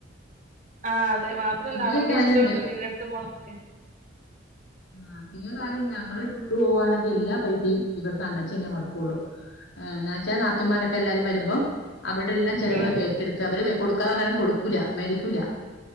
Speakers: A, on the right; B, on the left.
A: ആഹ് അതെ മാ ത്രല്ല
B: പിന്നെ
A: അവരുടെ
B: ഒരു കാര്യമുണ്ട്
A: ഇഷ്ട ഉണ്ടല്ലോ ഇന്നടുത്ത് പോണന്ന് ഒക്കെ
B: ആഹ് പിന്നെ കാര്യം ഉണ്ട് ഞങ്ങളെ ടൂർ പോവാണെങ്കിൽ എല്ലാ പൈസയും ഇവിടുന്ന് അണ്ണച്ചിന്നെ മൊടക്കുള്ളു. ആഹ് എന്നാ വെച്ചാൽ നാത്തുമാരൊക്കെ എല്ലാരും വരുമ്പം അവിടെല്ലാം ചെലവ്
A: ഉം
B: ഏറ്റെടുത്ത് അവര് കൊടുക്കാന്ന് പറഞ്ഞാലും കൊടുക്കൂല മേടിക്കൂല.